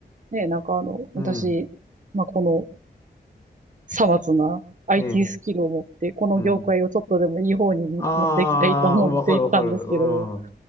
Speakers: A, on the right; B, on the left.
A: ね、なんかあの、
B: うん。
A: 私、まあ、このさまつな IT
B: ね
A: スキルを持って、この業界をちょっとでもいい方に持っていきたいと思っていったんですけど、
B: え。うん。ああ、うんわかるわかる。うん。